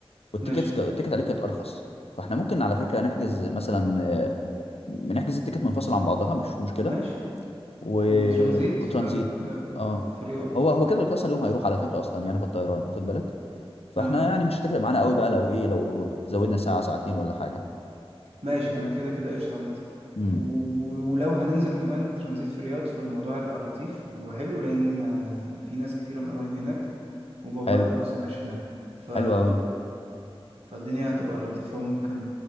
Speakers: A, on the left (about 80°); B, on the right (about 80°).
A: والتيكت
B: ماشي
A: التيكت عليه كانت ارخص فاحنا ممكن على فكره نحجز مثلا آه، نحجز التيكت منفصل عن بعضها مش مشكله
B: ماشي
A: و...
B: وترانزيت
A: وترانزيت
B: في آه،
A: اه
B: في رياض
A: هو هو كده كده اصلا اليوم هيروح على فكره اصلا يعني في الطيران واخد بالك فاحنا
B: اه
A: يعني مش هتفرق معانا قوي بقى لو ايه لو زودنا ساعه ساعتين ولا حاجه
B: ماشي انا كده كده قشطة عامة
A: امم
B: و- ولو هننزل كمان ترانزيت في الرياض فالموضوع هيبقى لطيف وحلو لان آه، في ناس كتيرة من قرايبي هناك وبابايا
A: حلو
B: كان اصلا عايش هناك ف
A: حلو قوي
B: فالدنيا هتبقى لطيفة وممكن